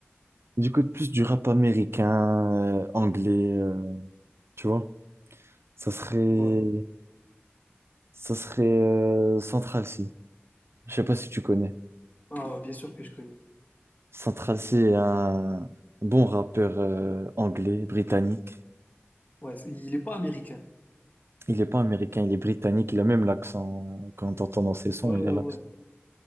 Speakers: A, on the right (about 70°); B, on the left (about 40°).
A: j'écoute plus du rap américain, euh, anglais, euh, tu vois. Ça serait
B: Ouais.
A: Ça serait euh, Central C. Je sais pas si tu connais.
B: Ah, bien sûr que je connais.
A: Central C est un bon rappeur euh, anglais, britannique.
B: Ouais, c'est- il est pas américain.
A: Il n'est pas américain, il est britannique. Il a même l'accent. Quand on entend dans ses sons,
B: Ouais,
A: il
B: ouais,
A: a l'accent.
B: ouais.